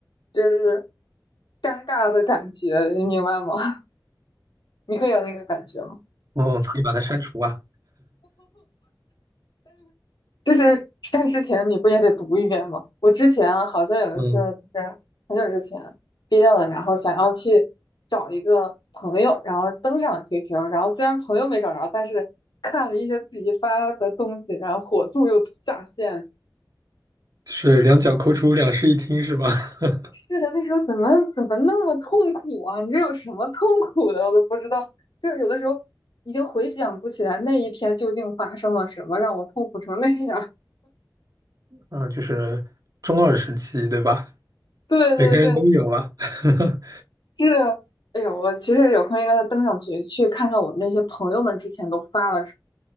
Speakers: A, on the left (about 75°); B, on the right (about 50°).
A: 就是尴尬的感觉，你明白吗？<laughs> 你会有那个感觉吗？
B: 哦，可以把它删除啊，
A: 就是在之前你不也得读一遍吗？我之前好像有一次就是很久之前
B: 嗯，
A: 毕业了，然后想要去找一个朋友，然后登上了 QQ，然后虽然朋友没找着，但是看了一些自己发的东西，然后火速又下线。
B: 是两脚抠出两室一厅是吧？<laughs>
A: 是的，那时候怎么怎么那么痛苦啊？你这有什么痛苦的？我都不知道。就是有的时候已经回想不起来那一天究竟发生了什么，让我痛苦成那样。
B: 啊，就是中二时期，对吧？
A: <laughs> 对对对，
B: 每个人都有啊。<laughs>
A: 是，哎呦，我其实有空应该再登上去，去看看我那些朋友们之前都发了什么，